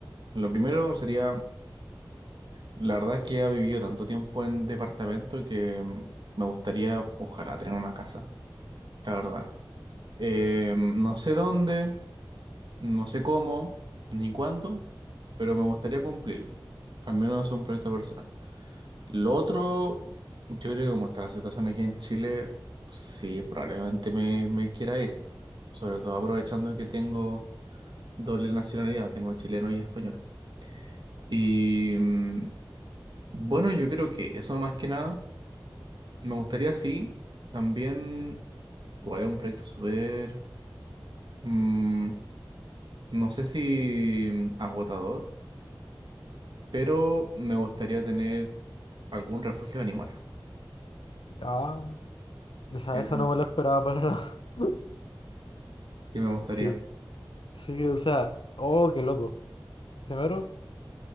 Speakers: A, on the right; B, on the left.
A: Lo primero sería, la verdad es que he vivido tanto tiempo en departamento que mm, me gustaría, ojalá, tener una casa, la verdad. Eh, no sé dónde, No sé cómo ni cuánto, pero me gustaría cumplirlo. Al menos es un proyecto personal. Lo otro, yo creo que como está la situación aquí en Chile, sí, probablemente me, me quiera ir. Sobre todo aprovechando que tengo doble nacionalidad, tengo chileno y español. Y mm, bueno, yo creo que eso más que nada, me gustaría sí, también, igual es un proyecto súper, mm, no sé si mm, agotador pero me gustaría tener algún refugio de animales.
B: Ah, esa,
A: Sí,
B: esa
A: no,
B: no me la esperaba para nada. <laughs>
A: sí me gustaría,
B: Es que, sí, o sea, oh, qué loco. Primero,